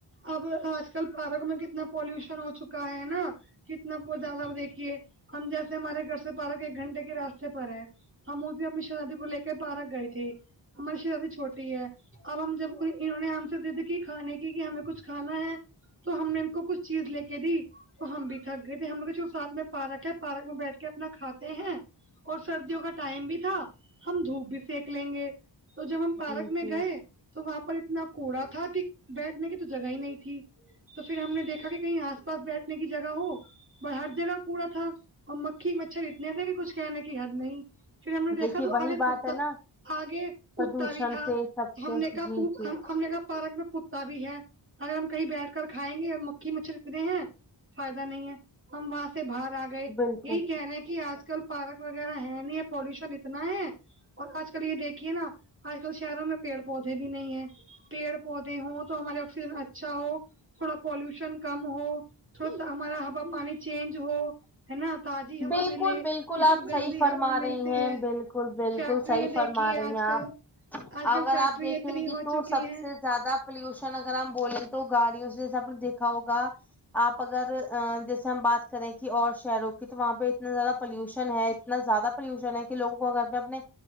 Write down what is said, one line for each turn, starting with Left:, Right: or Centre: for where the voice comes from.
Right: اب آج کل پارک میں کتنا پالوشن ہو چکا ہے نا کتنا خد آپ زیادہ دیکھیے ہم جیسے ہمارے گھر سے پارک ایک گھنٹے کے راستے پر ہے ہم اس بھی اپنی شہزادی کو لے کے پارک گئے تھے ہماری شہزادی چھوٹی ہے اب ہم جب انہوں نے ہم سے ضد کی کھانے کی کہ ہمیں کچھ کھانا ہے تو ہم نے ان کو کچھ چیز لے کے دی تو ہم بھی تھک گئے تھے ہم لگ جو ساتھ میں پارک ہے پارک میں بیٹھ کے اپنا کھاتے ہیں اور سردیوں کا ٹائم بھی تھا ہم دھوپ بھی سینک لیں گے تو جب ہم پارک
Centre: جی
Right: میں
Centre: جی
Right: گئے تو وہاں پر اتنا کوڑا تھا کہ بیٹھنے کی تو جگہ ہی نہیں تھی تو پھر ہم نے دیکھا کہ کہیں آس پاس بیٹھنے کی جگہ ہو ہر جگہ کوڑا تھا اور مکھی مچھر اتنے تھے کہ کچھ کہنے کہ ہد نہیں پھر ہم نے
Centre: دیکھیے
Right: دیکھا تو
Centre: وہی
Right: آگ
Centre: بات
Right: کتا
Centre: ہے نا
Right: آگے
Centre: پردوشن
Right: کتا بھی تھا
Centre: سے سب
Right: ہم
Centre: سے
Right: نے کہا
Centre: جی جی
Right: ہم نے کا پارک میں کتا بھی ہے اگر ہم کہیں بیٹھ کر کھائیں گے مکھی مچھر اتنے ہیں فائدہ نہیں ہے ہم وہاں سے باہر آ گئے
Centre: بالکل
Right: یہی کہہ رہے ہیں کہ آج کل پارک وغیرہ ہے نہیں ہے پولوشن اتنا ہے اور آج کل یہ دیکھیے نا آج کل شہروں میں پیڑ پودے بھی نہیں ہے پیڑ پودے ہوں تو ہمارے آکسیجن اچھا ہو تھوڑا پالوشن کم ہو تھوڑا سا ہمارا ہوا پانی چینج ہو ہے نا تازی ہوا
Centre: بالکل
Right: ملے
Centre: بالکل
Right: یہ
Centre: آپ
Right: جو گندی
Centre: صحیح فرما
Right: ہوا
Centre: رہی
Right: ملتی
Centre: ہیں
Right: ہے
Centre: بالکل بالکل
Right: کیا تو
Centre: صحیح
Right: یہ
Centre: فرما
Right: دیکھیے
Centre: رہی
Right: آج
Centre: ہیں
Right: کل
Centre: آپ
Right: آج
Centre: اگر
Right: کل فیکٹری
Centre: آپ دیکھیں
Right: اتنی
Centre: گی
Right: ہو
Centre: تو
Right: چکی
Centre: سب
Right: ہیں
Centre: سے زیادہ پولوشن اگر ہم بولیں تو گاڑیوں سے جسے آپ نے دیکھا ہوگا آپ اگر جیسے ہم بات کریں کہ اور شہروں کی تو وہاں پہ اتنا زیادہ پولوشن ہے اتنا زیادہ پولوشن ہے کہ لوگوں کو گھر پہ اپنے